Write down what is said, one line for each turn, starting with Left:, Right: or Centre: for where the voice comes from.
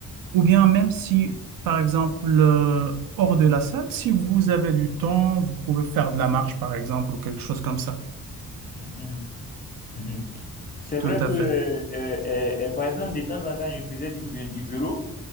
Right: Ou bien même si, par exemple, euh, hors de la salle, si vous avez du temps, vous pouvez faire de la marche, par exemple, ou quelque chose comme ça.
Left: Mhm, mhm. C'est
Right: Tout
Left: vrai
Right: à
Left: que,
Right: fait.
Left: euh, euh, euh, euh, par exemple, de temps en temps, je faisais du, vé- du vélo